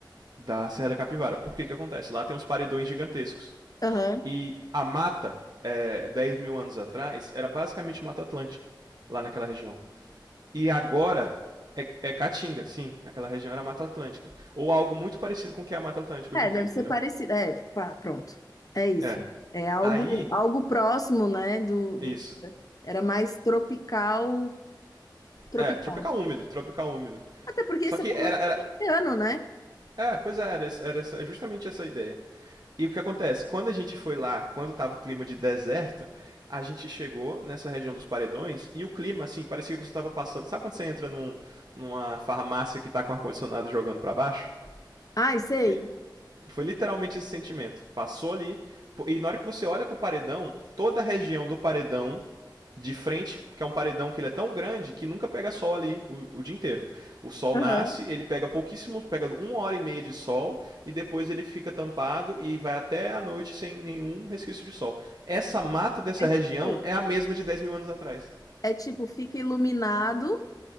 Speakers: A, on the right; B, on the left.
A: da Serra da Capivara. Por que que acontece? Lá tem uns paredões gigantescos.
B: aham.
A: E a mata, é, 10 mil anos atrás, era basicamente Mata Atlântica, lá naquela região. E agora é, é Caatinga, sim. Aquela região era Mata Atlântica. Ou algo muito parecido com o que é a Mata Atlântica hoje
B: É,
A: em dia,
B: deve
A: entendeu?
B: ser parecido. É, pá, pronto. É isso.
A: É.
B: É algo,
A: Aí,
B: algo próximo, né, do, do
A: isso.
B: que era Era mais tropical Tropical.
A: É, tropical úmido, tropical úmido.
B: Até porque
A: Só
B: você
A: que
B: falou
A: era. era
B: que é oceano, né?
A: é, pois é, era, era justamente essa ideia. E o que acontece? Quando a gente foi lá, quando estava o clima de deserto, a gente chegou nessa região dos paredões e o clima, assim, parecia que você estava passando. Sabe quando você entra num, numa farmácia que está com ar-condicionado jogando para baixo?
B: Ai, sei.
A: Foi, foi literalmente esse sentimento. Passou ali, e na hora que você olha pro paredão, toda a região do paredão de frente, porque é um paredão que ele é tão grande que nunca pega sol ali o, o dia inteiro. O sol
B: Aham.
A: nasce, ele pega pouquíssimos, pega uma hora e meia de sol e depois ele fica tampado e vai até a noite sem nenhum resquício de sol. Essa mata dessa
B: É
A: região
B: tipo,
A: é a mesma de 10 mil anos atrás.
B: é tipo, fica iluminado,